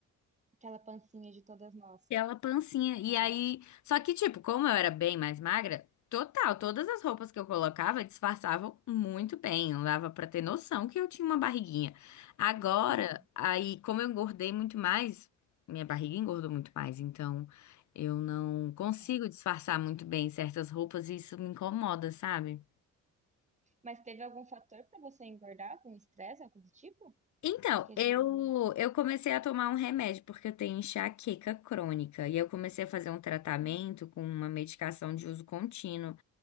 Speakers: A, on the right; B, on the left.
A: Aquela pancinha de todas nós.
B: Aquela pancinha. E
A: É.
B: aí. Só que, tipo, como eu era bem mais magra, total, todas as roupas que eu colocava disfarçavam muito bem. Não dava pra ter noção que eu tinha uma barriguinha. Agora,
A: Uhum.
B: aí, como eu engordei muito mais, minha barriga engordou muito mais. Então, eu não consigo
A: É.
B: disfarçar muito bem certas roupas e isso me incomoda, sabe?
A: Mas teve algum fator pra você engordar? Algum estresse, algo do tipo?
B: Então,
A: que geralmente.
B: eu, eu comecei a tomar um remédio porque eu tenho enxaqueca crônica e eu comecei a fazer um tratamento com uma medicação de uso contínuo.